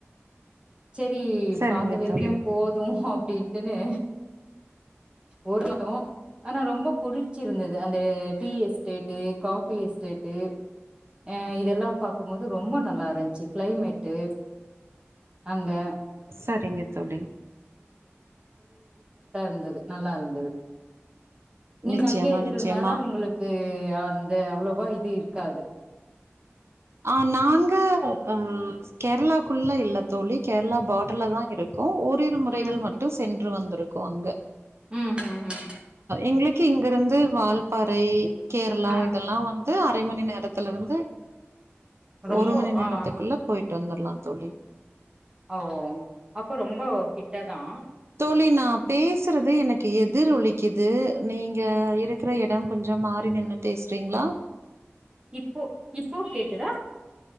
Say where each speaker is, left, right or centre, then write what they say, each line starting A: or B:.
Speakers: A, on the right; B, on the right.
A: செரி
B: சரிங்க
A: பாத்த வரைக்கு
B: தோழி
A: போது அப்டின்ட்டுன்னு ஒரு தோ ஆனா ரொம்ப புடிச்சிருந்தது அந்த டீ எஸ்டேட்டு காஃபி எஸ்டேட்டு அ இதெல்லா பாக்கும்போது ரொம்போ நல்லா இருந்ச்சு கிளைமேட்டு அங்க
B: சரிங்க தோழி
A: ந்தது நல்லா இருந்தது நீங்க
B: நிச்சயமா
A: அங்கே இருக்குறதுனால
B: நிச்சயமா
A: உங் உங்களுக்கு அந்த அவ்ளோவா இது இருக்காது
B: ஆ நாங்க ஆ கேர்ளாக்குள்ள இல்ல தோழி கேரளா பார்டர்ல தா இருக்கோ ஒரு இரு முறைகள்
A: ம்
B: மட்டு சென்று வந்துருக்கு அ அங்க
A: ம் ம் ம்
B: எங்களுக் கு இங்கிருந்து வால்பாறை கேரளா
A: ஆ
B: இதெல்லா வந்து அரை மணி நேரத்துலருந்து
A: ரொம்போ
B: ஒரு மணி நேரத்துக்குள்ள
A: ஆ
B: போயிட்டு வந்துருலா தோழி
A: ஓ அப்போ ரொம்போ கிட்டதா
B: தோழி நா பேசுறது எனக்கு எதிர் ஒலிக்குது நீங்க இரு க்குற இட கொஞ்சொ மாறி நின்னு பேசுறீங்களா
A: இப்போ இப்போ கேக்குதா